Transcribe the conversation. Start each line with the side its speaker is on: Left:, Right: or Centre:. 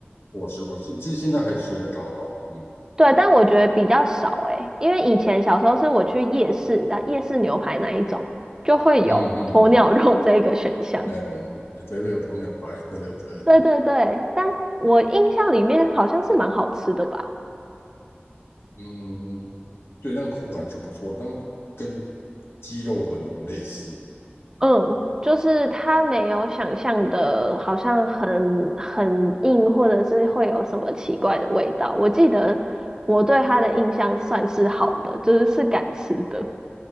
Left: 我吃过，现其实现在还吃得到啊。嗯
Right: 对，但我觉得比较少诶，因为以前小时候是我去夜市，你知道夜市牛排那一种就会有鸵鸟肉这一个选项。
Left: 嗯嗯嗯，嗯对对，有鸵鸟排，对对对，
Right: 对对对，但我印象里面好像是蛮好吃的吧？
Left: 嗯，对，那个口感是不错，但跟鸡肉很类似。
Right: 嗯，就是它没有想象的，好像很很硬，或者是会有什么奇怪的味道。我记得我对它的印象算是好的，就是是敢吃的。